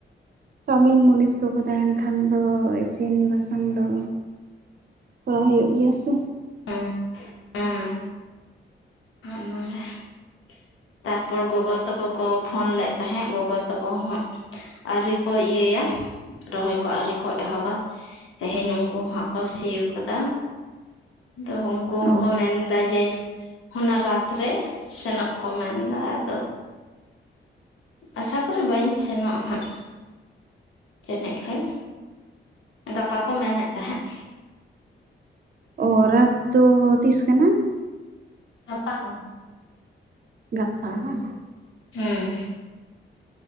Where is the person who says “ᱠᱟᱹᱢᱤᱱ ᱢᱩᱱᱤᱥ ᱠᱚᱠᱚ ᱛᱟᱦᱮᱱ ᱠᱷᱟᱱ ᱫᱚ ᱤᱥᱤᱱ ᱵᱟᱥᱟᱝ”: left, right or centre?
Right